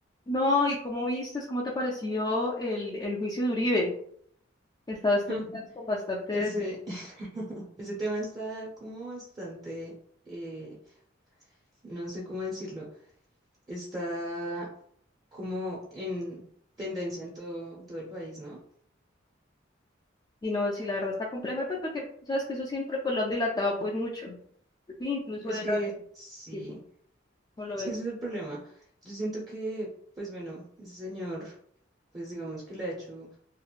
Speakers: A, on the left (about 25°); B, on the right (about 20°).
A: No, ¿y cómo viste, cómo te pareció el, el juicio de Uribe? He estado estos
B: Mm,
A: días con bastante,
B: Ese, <laughs> ese tema está como bastante, eh, no sé cómo decirlo, está como en tendencia en todo, en todo el país, ¿no?
A: y no, si la verdad está complejo, y pues porque sabes que eso siempre pues lo han dilatado pues mucho. Sí, incluso
B: Es
A: era
B: que sí,
A: sí, como lo
B: es
A: de-
B: que ese es el problema. Yo siento que, pues bueno, ese señor, pues digamos que le ha hecho